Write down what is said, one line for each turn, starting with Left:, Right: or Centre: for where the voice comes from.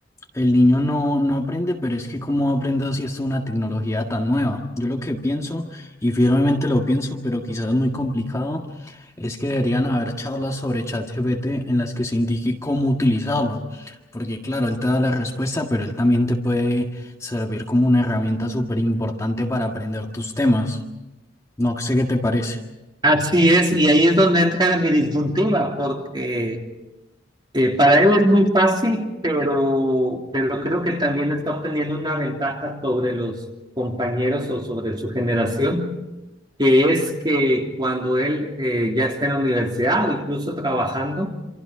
Left: El niño no, no aprende, pero es que cómo aprende si es una tecnología tan nueva. Yo lo que pienso, y firmemente lo pienso, pero quizás es muy complicado, es que deberían haber charlas sobre ChatGPT en las que se indique cómo utilizarlo. Porque claro, él te da la respuesta, pero él también te puede servir como una herramienta súper importante para aprender tus temas. No sé qué te parece.
Right: Así es, y ahí es donde entra mi disyuntiva, porque Eh, para él es muy fácil, pero, pero creo que también está obteniendo una ventaja sobre los compañeros o sobre su generación, que es que cuando él eh, ya esté en la universidad o incluso trabajando,